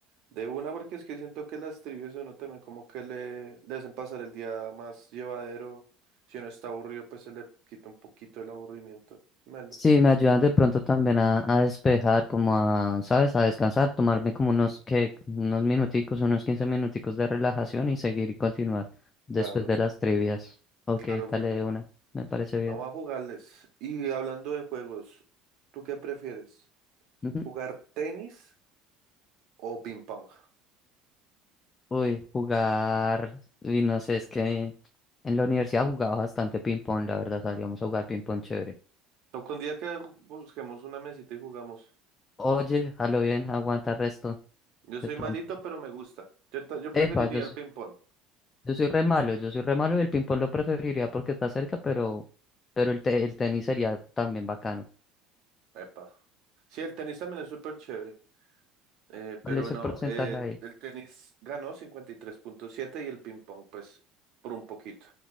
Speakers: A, on the right; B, on the left.
A: De una, porque es que siento que las trivias a uno también como que le, le hacen pasar el día más llevadero. Si uno está aburrido, pues se le quita un poquito el aburrimiento. Sí, Melo.
B: Sí, me ayudan de pronto también a, a despejar, como a, ¿sabes? A descansar, tomarme como unos, que unos minuticos, unos 15 minuticos de relajación y seguir y continuar después
A: Claro,
B: de las trivias. Ok,
A: claro,
B: dale
A: pero
B: de una, me parece bien.
A: vamos a jugarles. Y hablando de juegos, ¿tú qué prefieres?
B: Ujú.
A: ¿Jugar tenis o ping pong?
B: Uy, jugar, y no sé, es que en la universidad jugaba bastante ping-pong, la verdad, salíamos a jugar ping-pong chévere.
A: Toca un día que busquemos una mesita y jugamos.
B: Oye, a lo bien, aguanta resto.
A: Yo soy
B: De pronto.
A: malito, pero me gusta. Yo, ta- yo preferiría
B: Epa, yo
A: el
B: soy,
A: ping-pong.
B: yo soy re malo, yo soy re malo y el ping-pong lo preferiría porque está cerca, pero, pero el, te- el tenis sería también bacano.
A: Epa. Sí, el tenis también es súper chévere. eh,
B: ¿Cuál
A: pero
B: es el
A: no,
B: porcentaje
A: eh,
B: ahí?
A: el tenis ganó cincuenta y tres punto siete y el ping-pong, pues, por un poquito.